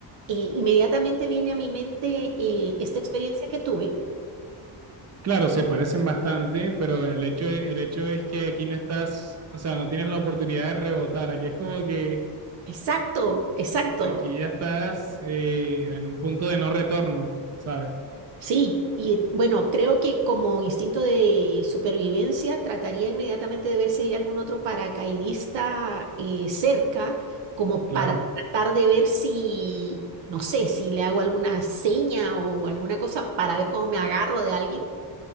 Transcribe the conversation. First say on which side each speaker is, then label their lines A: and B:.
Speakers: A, on the right (about 65°); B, on the right (about 35°).
A: eh, inmediatamente viene a mi mente eh, esta experiencia que tuve.
B: Claro, se parecen bastante, pero el hecho, el hecho es que aquí no estás, o sea, no tienes la oportunidad de rebotar. Aquí es como que
A: Exacto, exacto,
B: aquí ya estás eh, en un punto de no retorno, ¿sabes?
A: sí. Y bueno, creo que como instinto de supervivencia trataría inmediatamente de ver si hay algún otro paracaidista eh, cerca, como
B: Claro,
A: para tratar de ver si, no sé, si le hago alguna seña o alguna cosa para ver cómo me agarro de alguien